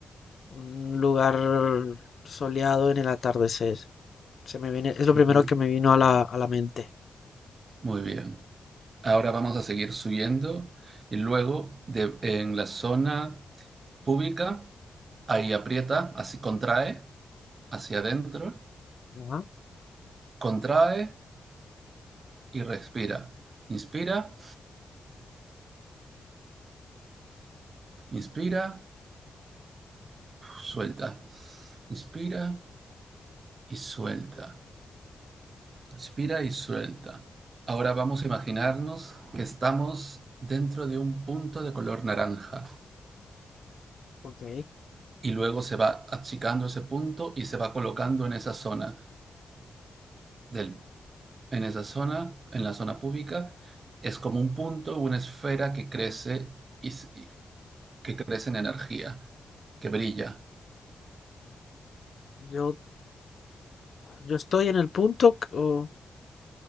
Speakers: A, on the left; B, on the right.
A: un lugar soleado en el atardecer. Se me viene, es lo primero
B: uh -huh.
A: que me vino a la, a la mente.
B: Muy bien. Ahora vamos a seguir subiendo y luego de- en la zona pública, ahí aprieta, así contrae hacia adentro,
A: Ajá,
B: contrae y respira. Inspira, inspira, suelta. Inspira y suelta. Inspira y suelta. Ahora vamos a imaginarnos que estamos dentro de un punto de color naranja
A: ok.
B: y luego se va achicando ese punto y se va colocando en esa zona del en esa zona, en la zona pública, es como un punto, una esfera que crece y, y que crece en energía, que brilla.
A: Yo, yo estoy en el punto, c- o-